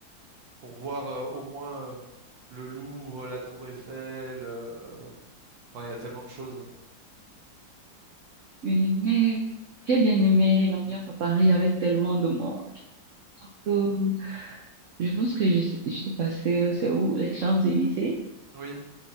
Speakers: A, on the right (about 80°); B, on the right (about 65°).
A: pour voir euh, au moins euh, le Louvre, la Tour Eiffel. euh, Enfin, il y a tellement de choses.
B: Oui, mais j'ai bien aimé l'ambiance à Paris avec tellement de monde. Euh, je pense que je- j'étais passée, c'est où? Les Champs-Élysées.
A: Oui.